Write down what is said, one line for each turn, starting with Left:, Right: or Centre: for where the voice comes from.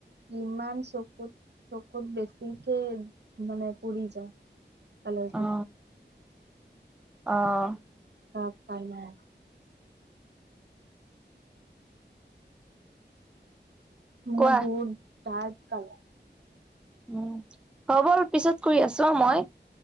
Right: ইমান চকুত চকুত বেছিকে মানে পৰি যায়। ভালেটো।
Centre: অ অ'।
Right: কাপ কা নাই। মোৰ
Centre: কোৱা
Right: বহুত ডাৰ্ক কালাৰ।
Centre: উম, হ'ব পিছত কৰি আছোঁ অ', মই।